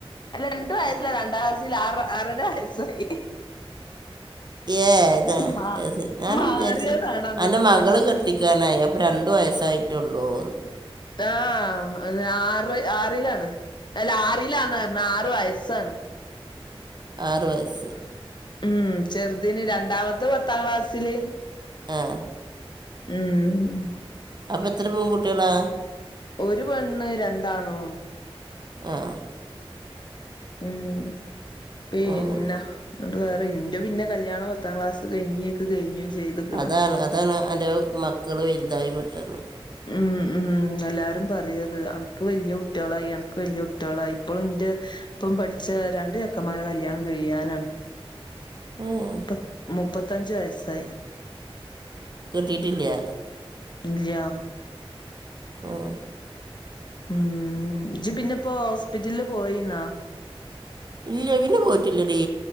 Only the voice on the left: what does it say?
അല്ല രണ്ടുവയസ്സല്ല രണ്ടാം ക്ലാസ്സിലാ ആറ് ആറര വയസ്സായി
മാ
മാറിയതാണ്
അങ്ങോട്ടും
ഇങ്ങോട്ടും
ആഹ് ആറ് ആറിലാണ് അല്ല ആറിലാന്ന് പറഞ്ഞ ആറ് വയസ്സാണ്
ഉം ചെറുതിന് രണ്ടാമത്തെ പത്താം ക്ലാസ്സില്
ഊം
ഒരു പെണ്ണ് രണ്ടാണോ
ഉം പിന്നെ
ന്നിട്ട് വേറെ ഇന്റെ പിന്നെ കല്യാണം പത്താം ക്ലാസ് കഴിഞേക്ക് കഴിഞ്ഞും ചെയ്ത്ക്ക്‌ണ്
ഉം, ഉം, എല്ലാരും പറയത്. അൻക്ക് വല്യ കുട്ട്യാളായി, അൻക് വല്യ കുട്യളായി ഇപ്പോളും ഇന്റെ ഒപ്പം പഠിച്ച രണ്ട് ചെക്കന്മാരെ കല്യാണം കഴ്യാനാണ്
പ്പം മുപ്പത്തഞ്ച് വയസ്സായി
ഇല്ല്യഹ്.
ഊം ഇജ്ജ് പിന്നെപ്പോ ഹോസ്പിറ്റലില് പോയീന്നോ